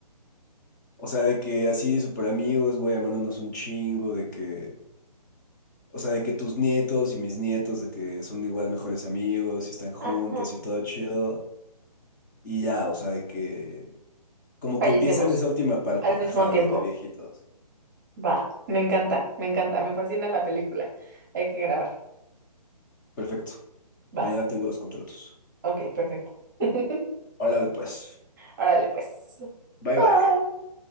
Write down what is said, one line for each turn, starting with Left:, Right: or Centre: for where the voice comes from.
Left: O sea, de que así súper amigos, güey, amándonos un chingo, de que, o sea, de que tus nietos y mis nietos, de que son igual mejores amigos y están juntos
Right: Ajá.
Left: y todo chido. Y ya, o sea, de que, como
Right: Fallecemos
Left: que empieza en esa última parte,
Right: al mismo
Left: ajá,
Right: tiempo.
Left: de, de viejitos.
Right: Va, me encanta, me encanta, me fascina la película. Hay que grabarla.
Left: Perfecto. Mañana
Right: Va,
Left: tengo los contratos.
Right: ok, perfecto. <laughs>
Left: Órale, pues.
Right: Órale, pues.
Left: Bye
Right: Bye.
Left: bye.